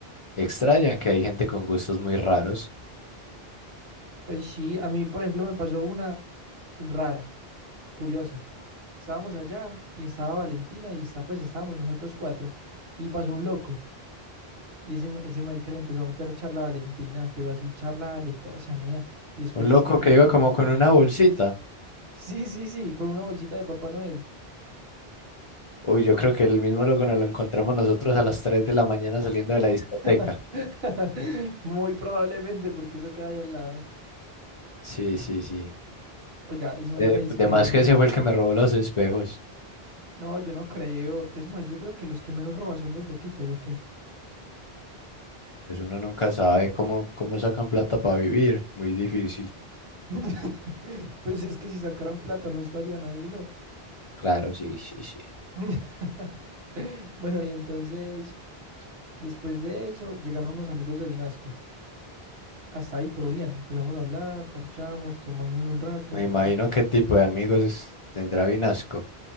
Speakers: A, on the left (about 45°); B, on the right (about 75°).
A: Extraña que hay gente con gustos muy raros.
B: Pues sí, a mí por ejemplo me pasó una rara. curiosa. Estábamos allá y estaba Valentina y está, pues estábamos nosotros cuatro y pasó un loco y ese, ma- ese marica le empezó a meter charla a Valentina, pero así charla aletosa, nea, y después
A: Un
B: dice
A: loco
B: que, que
A: que
B: se...
A: iba como con una bolsita.
B: Sí, sí, sí, con una bolsita de Papá Noel.
A: Uy, yo creo que el mismo loco nos lo encontramos nosotros a las 3 de la mañana saliendo de la discoteca.
B: <laughs> Muy probablemente porque eso queda ahí al lado.
A: Sí, sí, sí.
B: Oiga, y ese marica
A: Eh,
B: dice
A: de
B: que...
A: más que ese fue el que me robó los espejos.
B: No, yo no creo. Es más, yo creo que los que menos roban son los loquitos, ¿o qué?
A: Pues uno nunca sabe cómo, cómo sacan plata para vivir. Muy difícil.
B: <laughs> Pues es que si sacaran plata no estarían ahí, ¿no?
A: Claro, sí, sí, sí.
B: <laughs> Bueno, y entonces, después de eso, llegaron unos amigos de Vinasco. Hasta ahí todo bien. Empezamos a hablar, parchamos, tomamos un rato.
A: Me imagino qué tipo de amigos es- tendrá Vinasco.